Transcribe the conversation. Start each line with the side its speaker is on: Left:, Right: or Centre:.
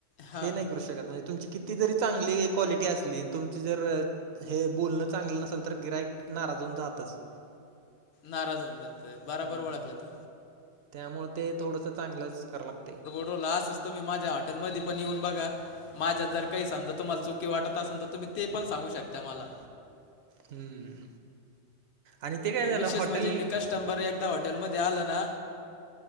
Left: हां
Right: हे नाही करू शकत म्हणजे तुमची किती जरी चांगली क्वालिटी असली तुमची जर हे बोलणं चांगलं नसेल तर गिराईक नाराज होऊन जातच.
Left: नाराज होऊन जातं बराबर
Right: हम्म
Left: ओळखलं तू
Right: त्यामुळे ते थोडंस चांगलंच कराव लागते
Left: हो असंच तुम्ही एकदा माझ्या हॉटेलमध्ये पण येऊन बघा. माझ्या जर काही समजा तुम्हाला चुकी वाटत असेल तर तुम्ही ते पण सांगू शकता मला.
Right: हम्म आणि ते काय झालं
Left: विशेष
Right: हॉटेल
Left: म्हणजे <unintelligible> एकदा हॉटेलमध्ये आलं ना